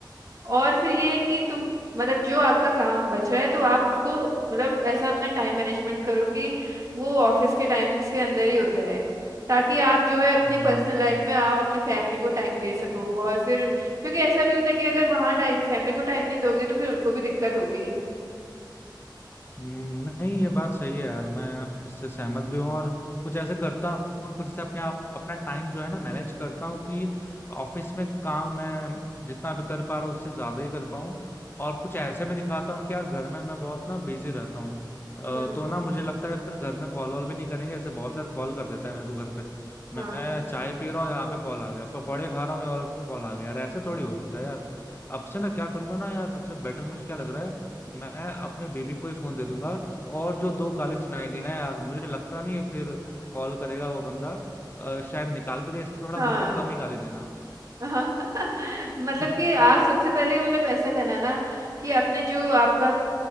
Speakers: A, on the right; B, on the left.
A: और फिर ये है कि तुम मतलब जो आपका काम बच रहा है तो आप उसको मतलब ऐसा अपना टाइम मैनेजमेंट करो कि वो ऑफिस के टाइमिंग्स के अंदर ही हो जाए ताकि आप जो है अपनी
B: हम्म,
A: पर्सनल लाइफ में आप अपनी फैमिली को टाइम दे सको और फिर क्योंकि ऐसा भी होता है कि अगर वहाँ टाइम फैमिली को टाइम नहीं दोगे तो फिर उनको भी दिक्कत होगी
B: हम्म, नहीं ये बात सही है यार मैं इससे सहमत भी हूँ और कुछ ऐसे करता हूँ कुछ ऐसे अपने आप अपना टाइम जो है ना मैनेज करता हूँ कि ऑफिस में काम मैं जितना भी कर पा रहा हूँ उससे ज्यादा ही कर पाऊँ और कुछ ऐसे में दिखाता हूँ कि यार घर में मैं बहुत ना बिजी रहता हूँ अ,
A: हम्म
B: तो ना मुझे लगता है फिर घर में कॉल वॉल भी नहीं करेंगे ऐसे बहुत सारे कॉल कर देता है मेरे को घर पे मैं
A: हाँ
B: चाय पी रहा हूँ यहाँ पे कॉल आ गया पकौड़े खा रहा हूँ और कॉल आ गया यार ऐसे थोड़ी होता है यार अब से ना क्या करूंगा ना यार सबसे बेटर मुझे क्या लग रहा है मैं अपने बेबी को ही फोन दे दूंगा और जो दो गाली सुनाई गई ना यार मुझे लगता नहीं है फिर कॉल करेगा वो बंदा अ, शायद निकाल भी दे इसलिए थोड़ा
A: हाँ
B: बोलूंगा कम ही गाली देना
A: हाँ <laughs> मतलब
B: <laughs> हम्म
A: कि आप सबसे पहले मतलब ऐसा करना ना कि अपने जो आपका